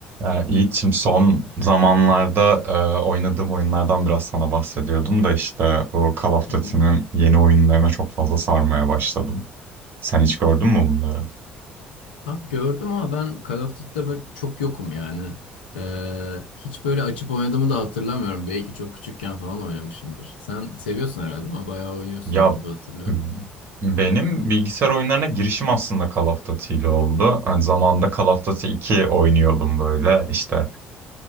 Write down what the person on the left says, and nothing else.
Hı
hı.
Abi gördüm ama ben Call of Duty'de böyle çok yokum yani. Ee, hiç böyle açıp oynadığımı da hatırlamıyorum. Belki çok küçükken falan oynamışımdır. Sen seviyorsun herhalde ama bayağı oynuyorsun
gibi hatırlıyorum.